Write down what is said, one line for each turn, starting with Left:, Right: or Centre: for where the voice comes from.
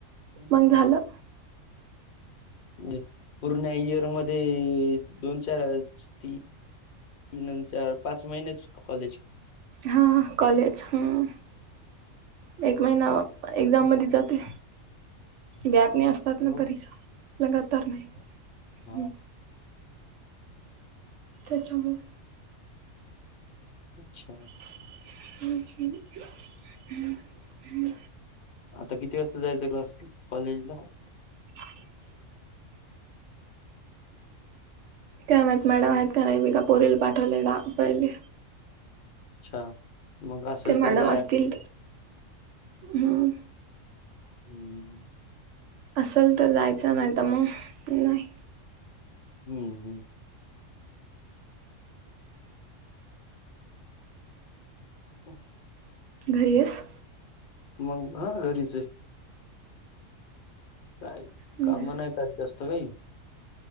Left: इनजाॅय
Right: मग झालं
Left: म्हणजे पूर्ण इयर मध्ये दोन-चार ती तीन अन चार पाच महिनेच कॉलेज.
Right: हां कॉलेज हम्म एक महिना अ एक्झाम
Left: बरं
Right: मध्ये जाते गॅप नाही अस जात
Left: हो
Right: ना परिचा लगातार नाही हम्म.
Left: हा
Right: त्याच्यामुळं
Left: अच्छा
Right: हम्म हम्म हम्म..
Left: आता किती वाजता जायचा आहे क्लास कॉलेजला?
Right: <inaudible> काय माहित मॅडम आहेत का नाही बी का पोरीला पाठवलेला पहिले.
Left: अच्छा मग असेल
Right: ते मॅडम
Left: तर जाय
Right: असतील हम्म
Left: हम्म.
Right: असल तर जायचं नाही तर मग नाही.
Left: हम्म हम्म ओ
Right: घरी आहेस
Left: मग हा घरीच आहे. काय
Right: बर
Left: काम नाही त्यात जास्त काही.